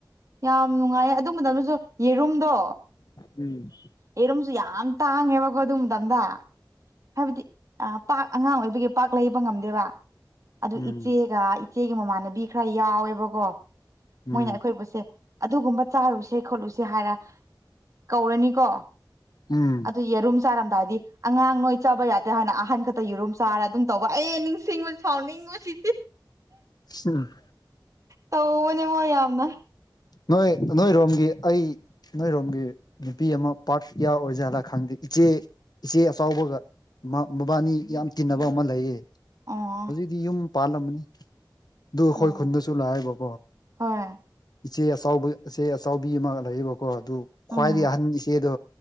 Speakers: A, on the right (about 45°); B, on the left (about 55°).
A: ꯌꯥꯝ ꯅꯨꯡꯉꯥꯏꯌꯦ ꯑꯗꯨ ꯃꯇꯝꯅꯁꯨ ꯌꯦꯔꯨꯝꯗꯣ
B: ꯎꯝ
A: ꯑꯩꯔꯨꯝꯁꯨ ꯌꯥꯝ ꯇꯥꯡꯉꯦꯕꯀꯣ ꯑꯗꯨ ꯃꯇꯝꯗ ꯍꯥꯏꯕꯗꯤ ꯑ ꯄꯥꯛ ꯑꯉꯥꯡ ꯑꯣꯏꯕꯒꯤ ꯄꯥꯛ ꯂꯩꯕ ꯉꯝꯗꯦꯕ ꯑꯗꯨ
B: ꯎꯝ
A: ꯏꯆꯦꯒ
B: ꯎꯝ
A: ꯏ ꯏꯆꯦꯒꯤ ꯃꯃꯥꯟꯅꯕꯤ ꯈꯔ ꯌꯥꯎꯋꯦꯕꯀꯣ
B: ꯎꯝ
A: ꯃꯣꯏꯅ ꯑꯩꯈꯣꯏꯕꯨꯠꯁꯦ ꯑꯗꯨꯒꯨꯝꯕ ꯆꯥꯔꯨꯁꯦ ꯈꯣꯠꯂꯨꯁꯦ ꯍꯥꯏꯔ ꯀꯧꯔꯅꯤꯀꯣ
B: ꯎꯝ
A: ꯑꯗꯨ ꯌꯦꯔꯨꯝ ꯆꯥꯔꯝꯗꯥꯏꯗꯤ ꯑꯉꯥꯡ ꯅꯣꯏ ꯆꯥꯕ ꯌꯥꯗꯦ ꯍꯥꯏꯅ ꯑꯍꯟ ꯈꯛꯇ ꯌꯦꯔꯨꯝ ꯆꯥꯔ ꯑꯗꯨꯝ ꯇꯧꯕ ꯑꯩ ꯅꯤꯡꯁꯤꯡꯉ ꯁꯥꯎꯅꯤꯡꯕ ꯁꯤꯗꯤ
B: ꯎꯝ
A: ꯇꯧꯕꯅꯦ ꯃꯣꯏ ꯌꯥꯝꯅ
B: ꯅꯣꯏ ꯅꯣꯏꯔꯣꯝꯒꯤ ꯑꯩ ꯅꯣꯏꯔꯣꯝꯒꯤ ꯅꯨꯄꯤ ꯑꯃ ꯄꯥ꯭ꯔꯠ ꯀꯌꯥ ꯑꯣꯏꯖꯥꯂꯥ ꯈꯪꯗꯦ ꯏꯆꯦ ꯏꯆꯦ ꯑꯆꯥꯎꯕꯒ ꯃꯥ ꯃꯕꯥꯅꯤ ꯌꯥꯝ ꯇꯤꯟꯅꯕ ꯑꯃ ꯂꯩꯌꯦ
A: ꯑꯣ
B: ꯗꯤ ꯌꯨꯝ ꯄꯥꯜꯂꯝꯃꯅꯤ ꯑꯗꯨ ꯑꯩꯈꯣꯏ
A: ꯑꯣ
B: ꯈꯨꯟꯗꯁꯨ ꯂꯥꯛꯑꯦꯕꯧ
A: ꯍꯣꯏ
B: ꯏꯆꯦ ꯑꯆꯥꯎꯕꯩ ꯏꯆꯦ ꯑꯆꯥꯎꯕꯤ ꯑꯃ ꯂꯩꯌꯦꯕꯀꯣ ꯑꯗꯨ
A: ꯎꯝ
B: ꯈ꯭ꯋꯥꯏꯗꯒꯤ ꯑꯍꯟ ꯏꯆꯦꯗꯣ